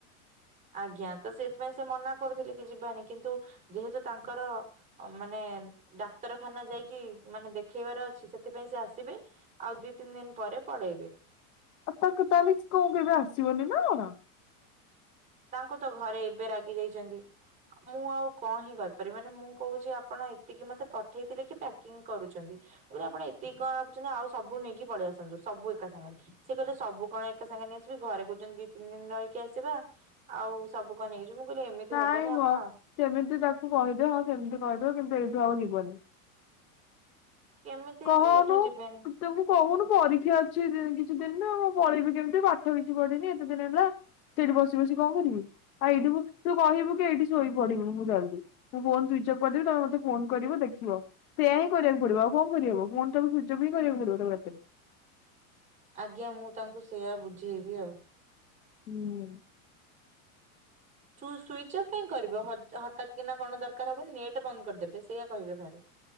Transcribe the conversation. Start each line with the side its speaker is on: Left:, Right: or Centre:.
Right: ଆଜ୍ଞା ତ ସେଇଥିପାଇଁ ସେ ମନା କରୁଥିଲେ କି ଯିବାନି କିନ୍ତୁ ଯେହେତୁ ତାଙ୍କର ମାନେ। ଡାକ୍ତରଖାନା ଯାଇକି ମାନେ ଦେ ଖେଇବାର ଅଛି ସେଥିପାଇଁ ସେ ଆସିବେ ଆଉ ଦି ତିନି ଦିନ ପରେ ପଳେଇବେ।
Left: ଆଉ ତାକୁ ତାଲି କଣ କେବେ ଆସିବନିନା କଣ?
Right: ତାଙ୍କୁ ତ ଘରେ ଏବେ ରାଗି ଯାଇଚନ୍ତି। ମୁଁ ଆଉ କଣ ହିଁ କରିପାରିବି ମାନେ ମୁଁ କହୁଛି ଆପଣ ଏତିକି ମତେ ପଠେଇଥିଲେ କି ପ୍ୟାକିଂ କରୁଚନ୍ତି। ମୁଁ କହିଲି ଆପଣ ଏତିକି କଣ ରଖୁଛନ୍ତି ଆଉ ସବୁ ନେଇକି ପଳେଇ ଆସନ୍ତୁ ସବୁ ଏକା ସାଙ୍ଗରେ ସେ କହିଲେ ସବୁ କଣ ଏକା ସାଙ୍ଗ ନେଇଆସିବି ଘରେ କହୁଚନ୍ତି ଦି ତିନି ଦିନ ରହିକି ଆସିବା ଆଉ ସବୁ କ ନେଇକି। ଯିବୁ ମୁଁ କହିଲି ଏମିତି
Left: ନାଇଁ
Right: ହବନି
Left: ମ
Right: ଆପଣ
Left: ସେମିତି ତାକୁ କହିଦେଅ ହଁ ସେମିତି କହିଦବ କିନ୍ତୁ ଏଇଠୁ ଆଉ ଯିବନି।
Right: କେମିତି
Left: କହନୁ
Right: ସେ ଏଇଠୁ ଯିବେନି
Left: ତତେ ମୁଁ କହୁନୁ ପରୀକ୍ଷା ଅଛି କି କିଛି ଦିନ ମୁଁ ପଳେଇବି କେମିତି ପାଠ କିଛି ପଢିନି ଏତେ ଦିନି ହେଲା। ସେଇଠି ବସି ବସି କଣ କରିବି ଆଉ ଏଇଠି ତୁ କହିବୁ କି ଏଇଠି ଶୋଇ ପଡିବୁ ମୁଁ ଜଲଦି ମେ ଫୋନ୍ ସୁଇଚ୍ ଅଫ୍ ଜବ କରିଦେବି ତମେ ମତେ ଫୋନ କରିବ ଦେଖିବ ତ ସେୟା ହିଁ କରିବାକୁ ପଡିବ ଆଉ କଣ କରିହବ ଫୋନ୍ ଟାକୁ ସୁଇଚ୍ ଅଫ୍ କରିବାକୁ ପଡିବ ତାକୁ ରାତିରେ।
Right: ଆଜ୍ଞା ମୁଁ ତାଙ୍କୁ ସେଇଆ ବୁଝେଇବି ଆଉ।
Left: ହୁଁ।
Right: ସୁ ସୁଇଚ୍ ଅଫ୍ କାଁଇ କରିବ ହ ହଠାତ୍ କିନା କଣ ଦରକାର ହବ ନେଟ୍ ବନ୍ଦ କରିଦେବେ ସେଇଆ କହିବେ ଘରେ।